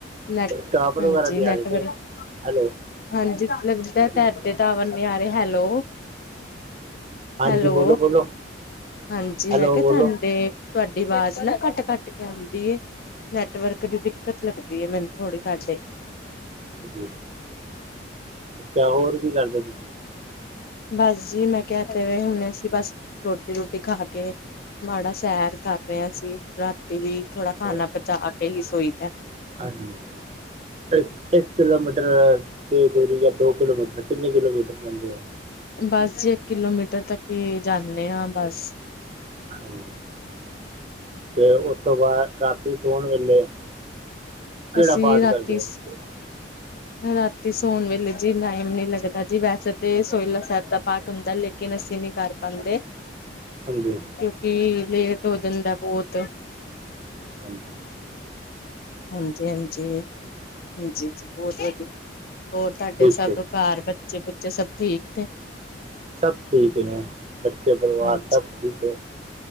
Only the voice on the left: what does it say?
ਨੈਟ
ਹਾਂਜੀ
ਨੈਟ
ਵਰਕ।
ਹਾਂਜੀ ਲਗਦਾ
ਤੁਹਾਡੇ ਟਾਵਰ ਨਹੀਂ ਆ ਰਹੇ ਹੈਲੋ।
ਹੈਲੋ
ਹਾਂਜੀ
ਮੈਂ ਕਿਹਾ
ਤੁਹਾਨੂੰ ਡੇਕ। ਤੁਹਾਡੀ ਆਵਾਜ਼ ਨਾ ਕੱਟ ਕੱਟ ਕੇ ਆਉਂਦੀ। ਨੈਟਵਰਕ ਦੀ ਦਿੱਕਤ ਲੱਗਦੀ ਹੈ ਮੈਨੂੰ ਥੋੜ੍ਹੀ ਤੁਹਾਡੇ।
ਬਸ ਜੀ ਮੈਂ ਕਿਹਾ ਕਿਵੇਂ ਹੋਣੇ ਸੀ ਬਸ। ਰੋਟੀ ਰੋਟੀ ਖਾ ਕੇ ਮਾੜਾ ਸੈਰ ਕਰ ਰਿਹਾ ਸੀ। ਰਾਤੀ ਵੀ ਥੋੜਾ ਖਾਣਾ
ਪਚਾ ਕੇ ਹੀ ਸੋਈ ਦਾ।
ਬਸ ਜੀ ਇੱਕ ਕਿਲੋਮੀਟਰ ਤੱਕ ਹੀ ਜਾਂਦੇ ਹਾਂ ਬਸ।
ਅਸੀਂ
ਰਾਤੀ
ਰਾਤੀ ਸੋਣ ਵੇਲੇ ਜੀ ਨਾਈਮ ਨੀ ਲੱਗਦਾ ਜੀ, ਵੈਸੇ ਤੇ ਸੋਏਲਾ ਸਾਹੇਬ ਦਾ ਪਾਠ ਹੁੰਦਾ, ਲੇਕਿਨ ਅਸੀਂ ਨੀ ਕਾਰ ਆਂਦੇ।
ਕਯੋਂਕਿ, ਲੇਟ ਓ ਜਂਦੈ ਬੋਤ।
ਹਾਂਜੀ-ਹਾਂਜੀ, ਹਾਂਜੀ ਜੀ ਬੌਹਤ ਵਧੀਆ, ਹੋਰ ਤਾਡੇ
ਸਭ
ਘਾੱਰ ਬੱਚੇ-ਬੁੱਚੇ ਸਬ ਠੀਕ ਨੇ?
ਹਾਂਜੀ